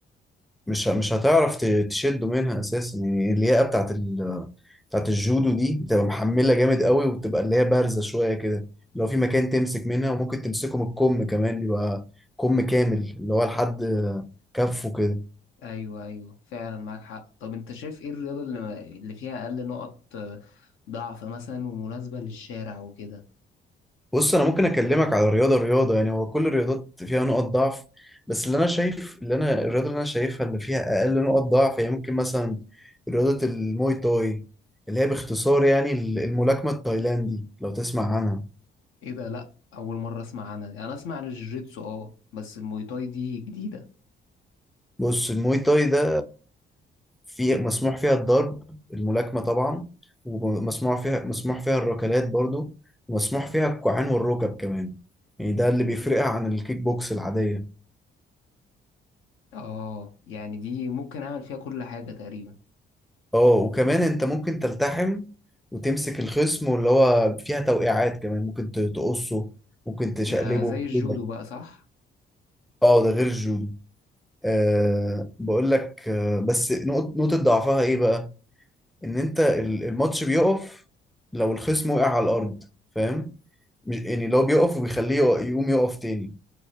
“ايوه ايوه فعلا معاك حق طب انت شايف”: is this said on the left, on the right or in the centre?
Left